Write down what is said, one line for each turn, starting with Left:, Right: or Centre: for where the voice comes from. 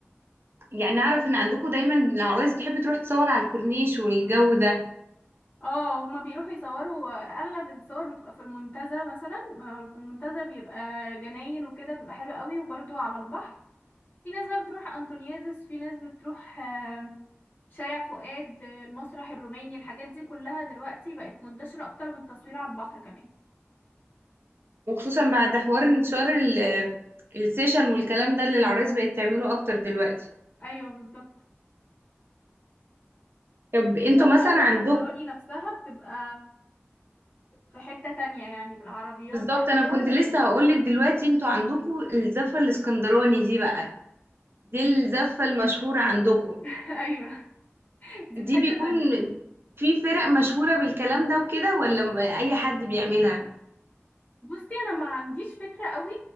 Right: يعني اعرف ان عندكم دايما العرايس بتحب تروح تصور على الكورنيش والجو ده
Left: اه هما بيروحوا يصوروا اغلب الصور بتبقى في المنتزه مثلا ما هو في المنتزه بيبقى جناين وكده بيبقى حلو قوي وبرضو على البحر في ناس بقى بتروح انطونيادس في ناس بتروح آم، شارع فؤاد آه، المسرح الروماني الحاجات دي كلها دلوقتي بقت منتشرة اكتر من التصوير على البحر كمان
Right: وخصوصا بعد حوار انتشار ال- السيشن والكلام ده اللي العرايس بقت تعمله اكتر دلوقتي
Left: ايوه بالظبط
Right: طب
Left: والزحمة
Right: انتوا مثلا
Left: الاسكندراني
Right: عندكم
Left: نفسها بتبقى في حتة تانية يعني بالعربيات
Right: بالظبط
Left: بقى
Right: انا
Left: كده
Right: كنت لسه
Left: و...
Right: هقولك دلوقتي انتوا عندكم الزفة الاسكندراني دي بقى دي الزفة المشهورة عندكم
Left: <laughs> ايوه دي
Right: دي
Left: في حتة
Right: بيكون
Left: تانية
Right: في فرق مشهورة بالكلام ده وكده ولا اي حد بيعملها
Left: بصي انا ما عنديش فكرة قوي